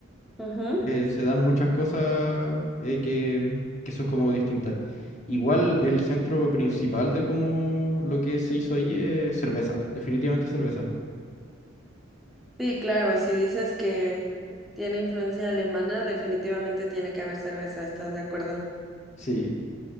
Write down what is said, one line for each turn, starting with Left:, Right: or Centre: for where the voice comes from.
Centre: Ujú.
Left: eh, se dan muchas cosas eh, que, que son como distintas. Igual el centro principal de como lo que se hizo ahí es cerveza, definitivamente cerveza.
Centre: Sí, claro, si dices que tiene influencia alemana, definitivamente tiene que haber cerveza, ¿estás de acuerdo?
Left: Sí.